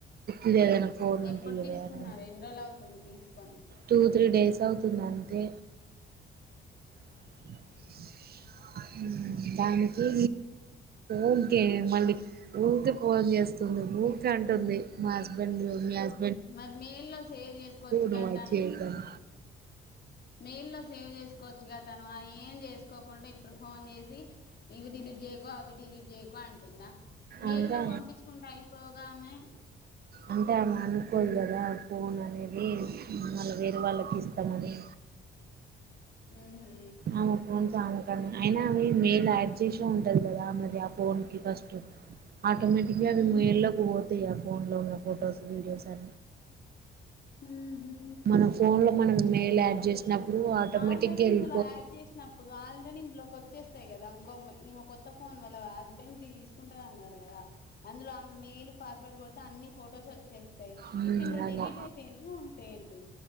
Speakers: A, on the right; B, on the left.
A: ఇది ఏదైనా ఫోన్ ఉంటే
B: ఎప్పుడు
A: ఇయ్యావేని
B: తీసుకున్నారు ఎన్ని రోజులు అవుతుంది తీసుకొని
A: టూ త్రీ డేస్ అవు వస్తుందంతే <unintelligible>
B: స
A: దానికి ఉంకే మళ్ళీ ఊకే ఫోన్ చేస్తుంది ఊ క అంటుంది మా హస్బెండ్ మీ హస్
B: మరి మెయిల్లో సేవ్ చేసుకోవచ్చుగా
A: నువ్వు అది
B: తాను
A: చేయకని
B: మెయిల్లో సేవ్ చేసుకోవచ్చుగా. తను అది ఏం చేసుకోకుండా ఇప్పుడు ఫోన్ చేసి ఇవి డిలీట్ చేయకో, అవి డిలీట్ చేయకో అంటుందా మేయిల్లో
A: అంటే
B: పంపించుకుకోంటే అయిపోగామే.
A: అంటే ఆమె అనుకోదు కదా ఫోన్ అనేది మళ్ళ వేరే వాళ్ళకి ఇస్తానని.
B: ఊ హు
A: ఆమె పోన్ చాలా కడనే అయినావి మేయిల్ యాడ్ చేసే ఉంటంది కదా. ఆ మరి ఆ ఫోన్ కి ఫస్ట్ ఆటోమేటిగ అవి
B: ఉహు,
A: మేల్లోకి పో. ఇగ ఫోన్ లో ఉన్న ఫోటోస్ వీడియోస్ తి.
B: ఉహు.
A: మనం ఫోన్ లో మనం మెల్ అ. జస్. చిన్నప్పుడు ఆటోమెటిగ్గా
B: ఆల్రెడీ
A: గెలి.
B: ఇందులో యాడ్ చేసినప్పుడు ఆల్రెడీ ఇంధులోకి వొచ్చేస్తాయి కదా, ఇంకో బర్, ఈ కొత్త ఫోన్ వల్ల. హస్బెండ్ బి తీసుకుంటగా అన్నారు. కదా అందులో ఆ మెయిల్ పాస్వర్డ్ కొడితే అన్ని ఫొటోస్ వచ్చేస్తాయి.
A: ఉమ్
B: ఇప్పుడు ఇందులో
A: అలా
B: డిలీట్ అయితే ఏంటి, ఉంటే ఏంటి